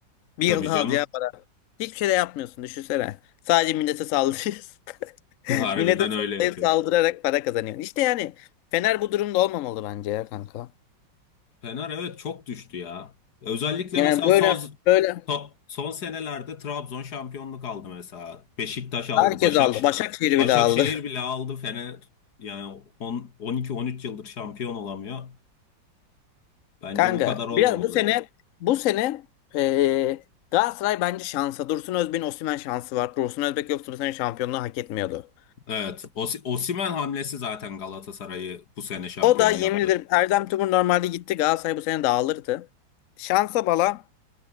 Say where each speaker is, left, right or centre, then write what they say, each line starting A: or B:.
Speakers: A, on the left (about 85°); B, on the left (about 55°).
A: Bir
B: Tabii
A: yılda
B: canım.
A: alacağı para. Hiçbir şey de yapmıyorsun düşünsene. Sadece millete saldırıyorsun.
B: <laughs>
A: <laughs>
B: Harbiden
A: Millete
B: öyle yapıyor.
A: sallayıp saldırarak para kazanıyorsun. İşte yani Fener bu durumda olmamalı bence ya kanka.
B: Fener evet çok düştü ya. Özellikle
A: Yani
B: mesela
A: böyle
B: son
A: böyle
B: to- son senelerde Trabzon şampiyonluk aldı mesela. Beşiktaş aldı.
A: herkes
B: Başak
A: aldı. Başakşehir
B: Başakşehir
A: bile aldı.
B: bile aldı. Fener yani 10 12 13 yıldır şampiyon olamıyor. Bence
A: Kanka
B: bu kadar olmamalıydı.
A: bir, bu sene bu sene eee, Galatasaray bence şansa. Dursun Özbek'in Osimhen şansı var. Dursun Özbek yoksa bu sene şampiyonluğu hak etmiyordu.
B: Evet. Os Osimhen hamlesi zaten Galatasaray'ı bu sene şampiyon
A: O da yemin
B: yaptı.
A: ederim Erdem Tümur normalde gitti. Galatasaray bu sene dağılırdı. Şansa bala